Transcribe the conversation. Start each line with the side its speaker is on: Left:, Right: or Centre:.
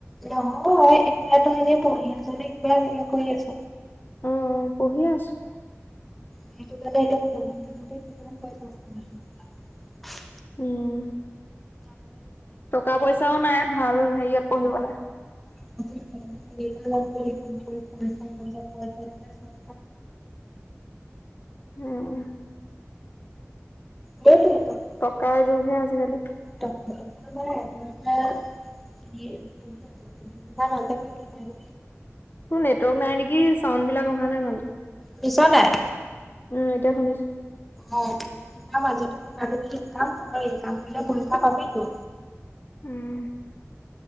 Centre: নহয় এতিয়াতো এনে পঢ়িআছ নে কিবা এনেকে কৰি আছ?
Left: উম পঢ়ি আছোঁ
Centre: সেইটো কাৰণে এতিয়া পঢ়ি থাকোতে কিমান পইচা খৰচ হয়
Left: উম টকা পইচাও নাই ভাল হেৰিয়ত পঢ়িবলে।
Centre: <unintelligible>
Left: উম উম
Centre: সেতুৱেই ত'।
Left: টকাই যোগহে আজিকালি।
Centre: <unintelligible> তা মাজতে কিবা এনে
Left: তোৰ নেটৱৰ্ক নাই নেকি চাউণ্ড বিলাক অহা নাই ভালকে।
Centre: নিছ নাই?
Left: উম এতিয়া শুনিছো।
Centre: অ পঢ়ি থকা মাজতে কিবা কিবি ইনকাম কৰ ইনকাম কৰিলে পইচা পাবিটো
Left: উম